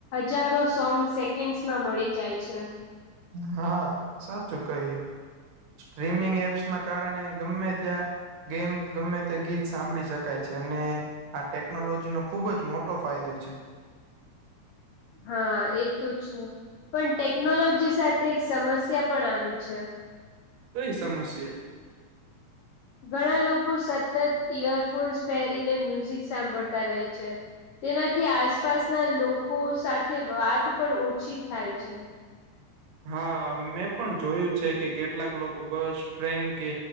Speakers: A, on the left; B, on the right.
A: હજારો સોંગ સેકન્ડસ માં મળી જાય છે.
B: હા સાચું કહ્યું. સ્ટ્રીમિંગ એપ્સ ના કારણે ગમે ત્યાં ગેમ ગમે તે ગીત સાંભળી શકાય છે અને આ ટેકનોલોજી નો ખુબ જ મોટો ફાયદો છે.
A: હા એ તો છે પણ ટેકનોલોજી સાથે એક સમસ્યા પણ આવી છે.
B: કઈ સમસ્યા?
A: ઘણા લોકો સતત ઈયરફોન્સ પહેરીને મ્યુઝિક સાંભળતા રહે છે. તેનાથી આસપાસના લોકો સાથે વાત પણ ઓછી થાય છે.
B: હા મેં પણ જોયું છે કે કેટલાક લોકો બસ, ટ્રેન કે